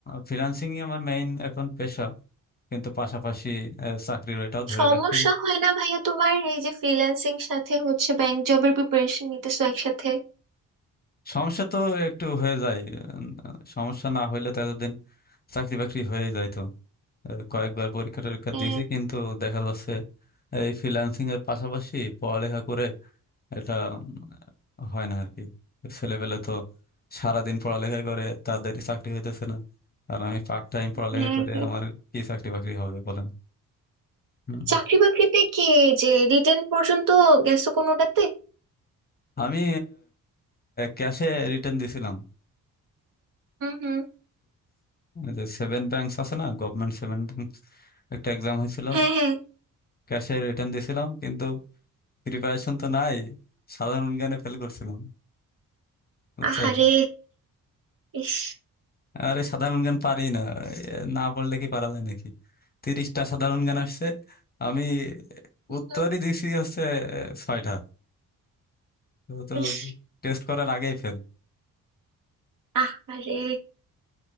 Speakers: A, on the left; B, on the right.
A: ফ্রিল্যান্সিং আমার মেইন এখন পেশা কিন্তু পাশাপাশি আহ, চাকরির এটাও ধরে
B: সমস্যা
A: রাখছি
B: হয় না ভাইয়া তোমার এই যে ফ্রিল্যান্সিং সাথে হচ্ছে ব্যাংক জবের প্রিপারেশন নিতেছো একসাথে
A: সমস্যা তো একটু হয়ে যায় উম, সমস্যা না হইলে তো এতদিন চাকরি বাকরি হয়ে যাইতো আহ, কয়েকবার পরীক্ষা টরীক্ষা
B: হ্যাঁ
A: দিয়েছি কিন্তু দেখা যাচ্ছে এই ফ্রিল্যান্সিং এর পাশাপাশি পড়ালেখা করে এটা উম, হয় না আর কি ছেলেপেলে তো সারাদিন পড়ালেখা করে তাদের চাকরি হইতেছে না আর আমি পার্ট টাইম পড়ালেখা
B: হ্যাঁ
A: করে
B: হ্যাঁ।
A: আমার কি চাকরি বাকরি হবে বলেন হুম।
B: চাকরি বাকরিতে কি যে রিটেন পর্যন্ত গেছো কোনোটাতে
A: আমি ক্যাশে রিটার্ন দিছিলাম
B: হুম হুম
A: যে সেভেন ব্যাংকস আছে না গভর্নমেন্ট সেভেন ব্যাংকস একটা এক্সাম হয়েছিল
B: হ্যাঁ হ্যাঁ
A: ক্যাশে রিটার্ন দিছিলাম কিন্তু প্রিপারেশন তো নাই সাধারণ গানে ফেল করছিলাম বুঝছো
B: আহারে ইস
A: আরে সাধারণ গান পারি না এ, না পড়লে কি পারা যায় নাকি তিরিশটা সাধারণ গান আসছে আমি
B: হুম,
A: উত্তরই দিছি হচ্ছে এ, ছয়টা তো তো
B: ইস
A: টেস্ট করার আগেই ফেল
B: আহারে